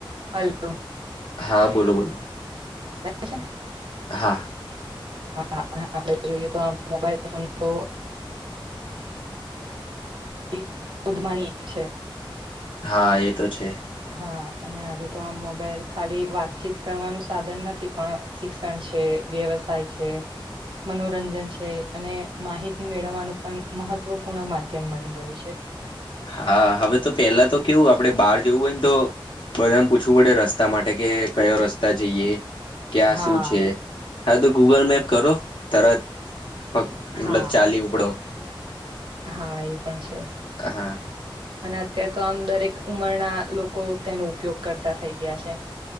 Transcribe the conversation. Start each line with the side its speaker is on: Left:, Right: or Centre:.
Right: હલો
Left: હા બોલો બોલો
Right: છે
Left: હા
Right: હા હ આપણે જોઈએ તો આ મોબાઈલ ફોન તો <unintelligible> એક છે
Left: હા એ તો છે
Right: હા અને આજે તો આમ મોબાઈલ ખાલી વાતચીત કરવાનું સાધન નથી પણ શિક્ષણ છે વ્યવસાય છે મનોરંજન છે અને માહિતી મેળવવાનું પણ મહત્વપૂર્ણ માધ્યમ બની ગયું છે
Left: હા હવે તો પેલા તો કેવું આપડે બહાર જવું હોય ને તો બધા પૂછવું પડે રસ્તા માટે કે કયો રસ્તા જઈએ ક્યાં
Right: હા
Left: શું છે હા તો ગૂગલ મેપ કરો તરત પ મતલબ
Right: હા
Left: ચાલી ઉપડો
Right: હા એ પણ છે
Left: હા
Right: અને અત્યારે તો આમ દરેક ઉમરના લોકો તેનો ઉપયોગ કરતા થઈ ગયા છે